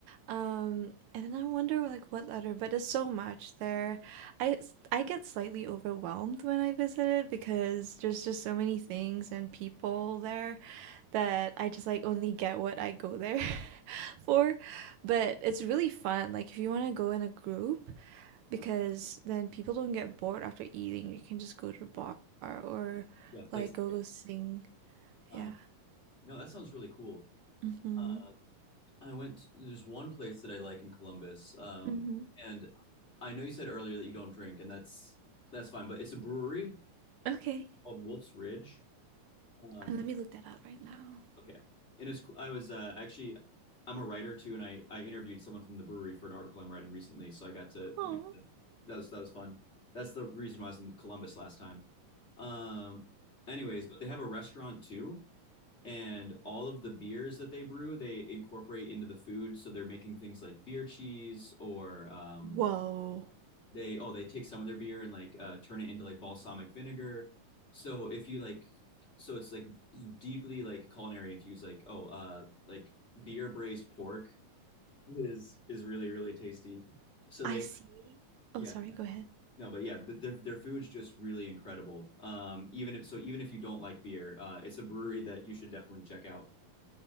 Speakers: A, on the right; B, on the left.
A: Um and then I wonder like what other but there's so much there. I s- I get slightly overwhelmed when I visit it because there's just so many things and people there that I just like only get what I go there <laughs> for. But
B: Yeah,
A: it's really fun. Like if you want to go in a group, because then people don't get bored after eating. You can just go to the bar or
B: yeah. Place.
A: like go go sing.
B: Uh,
A: Yeah.
B: no, that sounds really cool.
A: Mhm.
B: Uh, I went. There's one place that I like in Columbus, um,
A: Mhm.
B: and I know you said earlier that you don't drink, and that's that's fine. But it's a brewery
A: Okay.
B: called Wolf's Ridge. Um,
A: Uh, let me look that up right now.
B: Okay. And it's, I was uh, actually, I'm a writer too, and I, I interviewed someone from the brewery for an article I'm writing recently. So I got to,
A: Oh,
B: got to- that was that was fun. That's the reason why I was in Columbus last time. Um, anyways, but they have a restaurant too, and all of the beers that they brew, they incorporate into the food. So they're making things like beer cheese or um,
A: Whoa.
B: they oh they take some of their beer and like uh, turn it into like balsamic vinegar. So if you like, so it's like deeply like culinary infused. Like oh uh like beer braised pork is is really really tasty. So
A: I
B: they
A: see.
B: yeah
A: Oh, sorry. Go ahead.
B: no but yeah th- their their food's just really incredible. Um even if so even if you don't like beer, uh it's a brewery that you should definitely check out.